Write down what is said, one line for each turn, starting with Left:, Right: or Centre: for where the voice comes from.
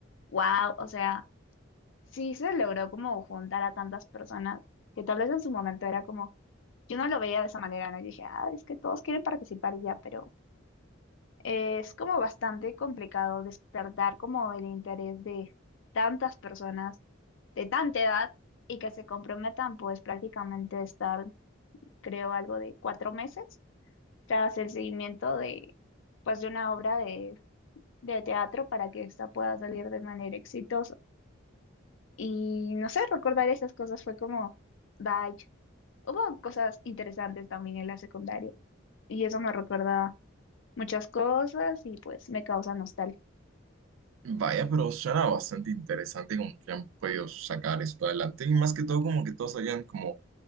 Left: wow, o sea sí se logró como juntar a tantas personas que tal vez en su momento era como, yo no lo veía de esa manera, ¿no? Yo dije, ah, es que todos quieren participar y ya, pero es como bastante complicado despertar como el interés de tantas personas de tanta edad y que se comprometan pues prácticamente estar, creo, algo de cuatro meses tras el seguimiento de pues de una obra de, de teatro para que esta pueda salir de manera exitosa. Y no sé, recordar esas cosas fue como... Bye. Hubo cosas interesantes también en la secundaria y eso me recuerda muchas cosas y pues me causa nostalgia.
Right: Vaya, pero suena bastante interesante como que han podido sacar esto adelante. Y más que todo, como que todos hayan como,